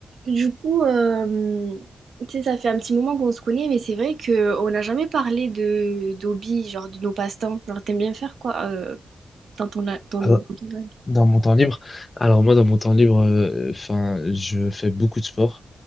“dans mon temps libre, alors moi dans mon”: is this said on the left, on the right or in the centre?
Left